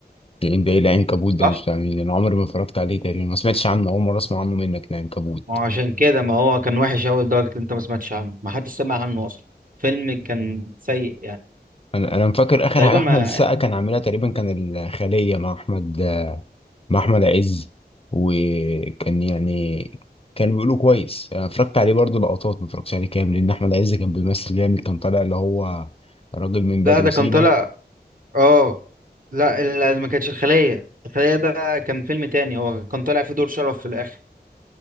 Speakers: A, on the left; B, on the right.
A: ده ايه ده إيه العنكبوت
B: صح؟
A: ده مش فاهمين انا عمري ما اتفرجت عليه تقريبا ما سمعتش عنه اول مره اسمع عنه منك العنكبوت
B: ما هو عشان كده ما هو كان وحش أوي لدرجة إن أنت ما سمعتش عنه ما حدش سمع عنه أصلا فيلم كان سيء يعني
A: انا انا فاكر اخر
B: تقريبا
A: حاجه احمد
B: ما
A: السقا كان عاملها تقريبا كان الخليه مع احمد مع احمد عز وكان يعني كان بيقولوا كويس انا اتفرجت عليه برضه لقطات ما اتفرجتش عليه كامل لان احمد عز كان بيمثل جامد كان طالع اللي هو راجل من بدو
B: لا ده
A: سينا
B: كان طالع اه لا ال- ما كانتش الخلية الخلية ده كان فيلم تاني هو كان طالع فيه دور شرف في الآخر